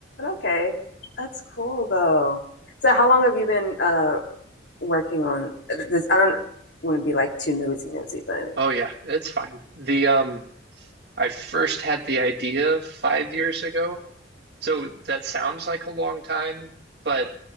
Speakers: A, on the left (about 65°); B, on the right (about 60°).
A: okay, that's cool though. So how long have you been uh working on this? I don't want to be like too nosy nosy, but
B: Oh yeah, it's fine. The um, I first had the idea five years ago, so that sounds like a long time, but